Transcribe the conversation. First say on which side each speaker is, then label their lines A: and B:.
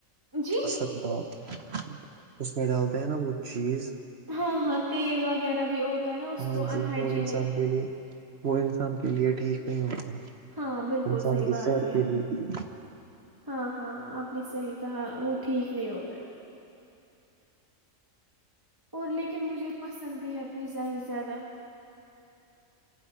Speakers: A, on the right; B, on the right.
A: جی
B: اصر بات ہے اس میں ڈالتے ہیں نا وہ چیز
A: ہاں ہاں تل وغیرہ بھی ہو ہوتا ہے نا اس
B: ہاں
A: کو انہائجینک
B: جی وہ انسان کے لیے وہ انسان کے لیے ٹھیک نہیں ہوتا
A: ہاں بالکل
B: انسان
A: صحیح
B: کی
A: بات
B: صحت
A: کہی
B: کے لیے بھی
A: ہاں ہاں آپ نے صحیح کہا وہ ٹھیک نہیں ہوتا اور لیکن مجھے پسند بھی ہے پیزا ہی زیادہ